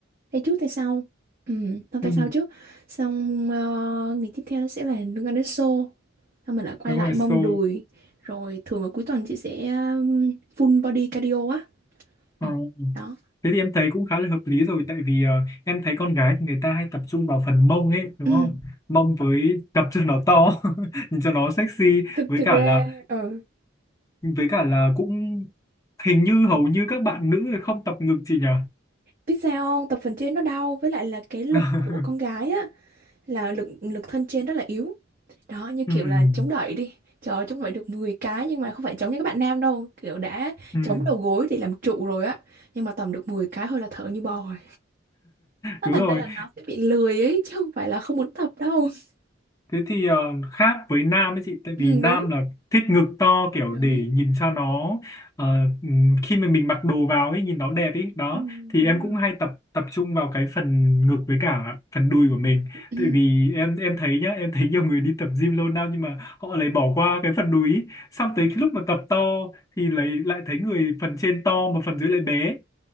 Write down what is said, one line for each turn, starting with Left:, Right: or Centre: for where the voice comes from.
Right: tay trước tay sau Ừm,
Left: ừ,
Right: tay sau trước xong ờ, ngày tiếp theo nó sẽ là liên quan đến xô xong mình lại quay
Left: đúng
Right: lại
Left: rồi
Right: mông
Left: so
Right: đùi rồi thường ở cuối tuần chị sẽ ừm, full body cardio á
Left: Ờ,
Right: Ồ, đó
Left: Thế thì em thấy cũng khá là hợp lý rồi tại vì ờ, em thấy con gái thì người ta hay tập trung vào phần mông ấy đúng
Right: Ừ.
Left: không? Mông với tập cho nó to, <laughs> nhìn cho nó sexy
Right: thực
Left: với
Right: thực
Left: cả
Right: ra
Left: là
Right: ừ
Left: với cả là cũng hình như hầu như các bạn nữ không tập ngực chị nhỉ?
Right: Biết sao không? Tập phần trên nó đau với lại là cái lực
Left: <laughs>
Right: của con gái á là lực lực thân trên rất là yếu. Đó như kiểu
Left: Ừm,
Right: là chống đẩy đi. Trời ơi, chống đẩy được 10 cái nhưng mà không phải chống như các bạn nam đâu, kiểu đã
Left: ừm,
Right: chống đầu gối để làm trụ rồi á. Nhưng mà tầm được 10 cái thôi là thở như bò rồi. Nó
Left: Đúng
Right: thành
Left: rồi.
Right: ra là nó sẽ bị lười ấy chứ không phải là không muốn tập đâu. <laughs>
Left: Thế thì ờ, khác với nam ấy chị tại
Right: Ừ,
Left: vì nam
Right: đúng,
Left: là thích ngực to kiểu
Right: đúng.
Left: để nhìn cho nó ờ, ừm, khi mà mình mặc đồ vào ấy nhìn nó đẹp ấy đó
Right: Ừ,
Left: thì
Right: đúng
Left: em
Right: rồi.
Left: cũng hay tập tập trung vào cái phần ngực với cả phần đùi của mình
Right: Ừ, ừ,
Left: tại vì em em thấy nhá em thấy nhiều người đi tập gym lâu năm nhưng mà họ lại bỏ qua cái phần đùi ý. Xong
Right: ừ.
Left: tới cái lúc mà tập to thì lại lại thấy người phần trên to mà phần dưới lại bé